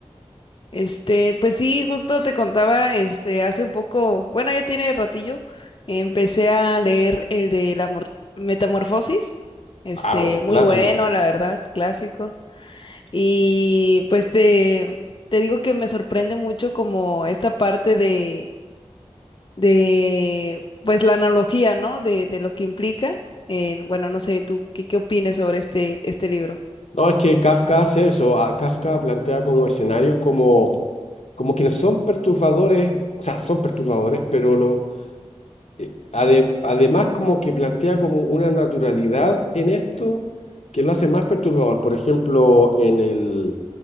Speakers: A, on the left (about 50°); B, on the left (about 75°).
A: Este, pues sí, justo te contaba, este, hace un poco, bueno, ya tiene ratillo, empecé a leer el de la mor- Metamorfosis, este,
B: Ah, un
A: muy
B: clásico.
A: bueno, la verdad, clásico. Y pues te, te digo que me sorprende mucho como esta parte de, de, pues la analogía, ¿no? De, de lo que implica. Eh, bueno, no sé, tú, ¿qué, qué opinas sobre este, este libro?
B: No, es que Kafka hace eso. ah, Kafka plantea como escenarios como, como que no son perturbadores, o sea, son perturbadores, pero lo, eh, ade- además como que plantea como una naturalidad en esto que lo hace más perturbador. Por ejemplo, en el,